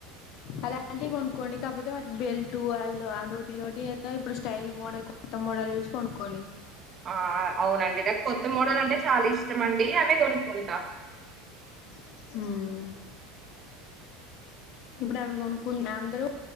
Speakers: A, on the left (about 55°); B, on the right (about 30°).
A: అలాంటివి కొనుక్కోండి కాకపోతే వాటికి బెల్ట్ వాళ్ళు అదోటి ఇదోటి ఏదో ఇప్పుడు స్టైల్ మోడల్ కొత్త మోడల్ చూసి కొనుక్కోండి
B: ఆ అవునండి నాకు కొత్త మోడాలంటే చాలా ఇష్టమ అండి అవే కొనుక్కుంటా
A: ఉం ఇప్పుడు అవి కొనుక్కుంట అందరు